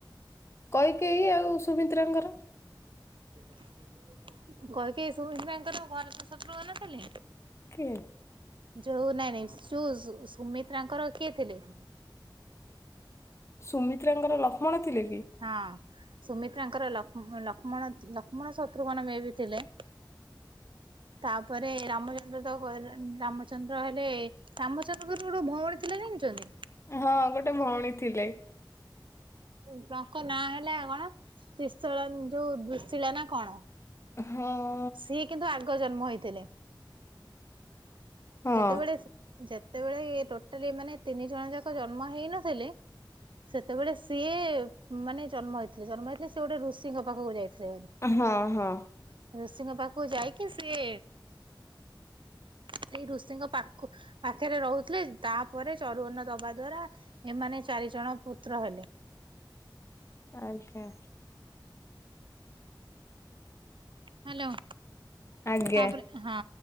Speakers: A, on the left; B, on the right.
A: କୈକେଇ ଆଉ ସୁମିତ୍ରାଙ୍କର।
B: <inaudible> କୈକେଇ ସୁମିତ୍ରାଙ୍କର ଭରତ ଶତ୍ରୁଘନ ଥିଲେ।
A: କିଏ?
B: ଯୋଉ ନାଇଁ ନାଇଁ ସୁ ସୁମିତ୍ରାଙ୍କର କିଏ ଥିଲେ?
A: ସୁମିତ୍ରାଙ୍କର ଲକ୍ଷ୍ମଣ ଥିଲେ କି?
B: ହଁ। ସୁମିତ୍ରାଙ୍କର ଲକ୍ଷ୍ମମଣ ଲକ୍ଷ୍ମଣ ଶତ୍ରୁଘ୍ନ ମେ ବି ଥିଲେ। ତାପରେ ରାମଚନ୍ଦ୍ର ତ ରାମଚନ୍ଦ୍ର ହେଲେ। ରାମଚନ୍ଦ୍ରଙ୍କର ଗୋଟେ ଭଉଣୀ ଥିଲା ଜାଣିଛନ୍ତି।
A: ହଁ ଗୋଟେ ଭଉଣୀ ଥିଲେ।
B: ତାଙ୍କ ନାଁ ହେଲା କଣ ତ୍ରିସଅଳା ଯୋଉ ଦୁଃଶୀଳା ନା କଣ?
A: ହଁ।
B: ସିଏ କିନ୍ତୁ ଆଗ ଜନ୍ମ ହେଇଥିଲେ।
A: ହଁ
B: ଯେତେବେଳେ ଯେତେବେଳେ ଟୋଟାଲି ମାନେ ତିନି ଜଣ ଯା ଜନ୍ମ ହେଇନଥିଲେ। ସେତେବେଳେ ସିଏ ମାନେ ଜନ୍ମ ହେଇଥିଲେ ଜନ୍ମ ହେଇଥିଲେ ସେ ଗୋଟେ ଋଷିଙ୍କ ପାଖକୁ ଯାଇଥିଲେ।
A: ହଁ ହଁ।
B: ଋଷିଙ୍କ ପାଖକୁ ଯାଇକି ସିଏ ସେଇ ଋଷିଙ୍କ ପାଖ ପାଖରେ ରହୁଥିଲେ ତାପରେ ଚରୁବନ ଦବା ଦ୍ଵାରା ଏମାନେ ଚାରି ଜଣ ପୁତ୍ର ହେଲେ।
A: ଆଜ୍ଞା।
B: ହ୍ୟାଲୋ
A: ଆଜ୍ଞା
B: ତାପରେ। ହଁ।